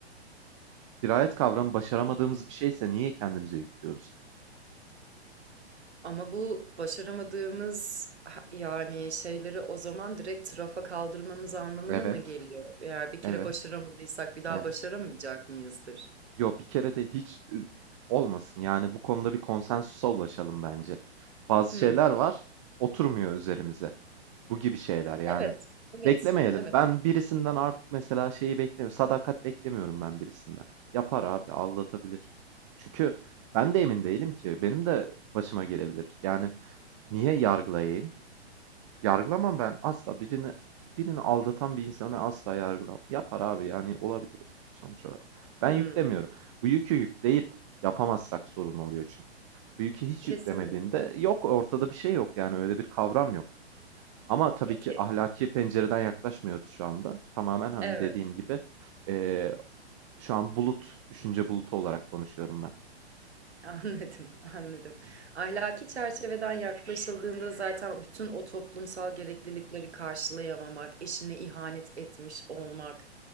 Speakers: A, on the right; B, on the right.
A: Dirayet kavramı başaramadığımız bir şeyse niye kendimize yüklüyoruz?
B: Ama bu başaramadığımız ha- yani şeyleri o zaman direkt rafa kaldırmamız anlamına
A: Evet,
B: mı geliyor? Eğer bir
A: evet,
B: kere başaramadıysak bir daha
A: evet.
B: başaramayacak mıyızdır?
A: Yo bir kere de hiç ü- olmasın. Yani bu konuda bir konsensüse ulaşalım bence. Bazı
B: Hmm.
A: şeyler var, oturmuyor üzerimize. Bu gibi şeyler yani.
B: Evet, evet,
A: Beklemeyelim.
B: evet.
A: Ben birisinden artık mesela şeyi beklemiyorum. Sadakat beklemiyorum ben birisinden. Yapar abi, aldatabilir. Çünkü ben de emin değilim ki. Benim de başıma gelebilir. Yani niye yargılayayım? Yargılamam ben asla. Birini birini aldatan bir insanı ben asla yargılamam. Yapar abi yani olabilir sonuç olarak. Ben
B: Hmm,
A: yüklemiyorum. Bu yükü yükleyip yapamazsak sorun oluyor çünkü. Bu yükü hiç
B: kesinlikle.
A: yüklemediğinde yok ortada bir şey yok yani öyle bir kavram yok. Ama tabii
B: Peki,
A: ki ahlaki pencereden yaklaşmıyoruz şu anda. Tamamen hani
B: evet.
A: dediğim gibi eee, şu an bulut, düşünce bulutu olarak konuşuyorum ben.
B: <laughs> Anladım, anladım. Ahlaki çerçeveden yaklaşıldığında zaten bütün o toplumsal gereklilikleri karşılayamamak, eşine ihanet etmiş olmak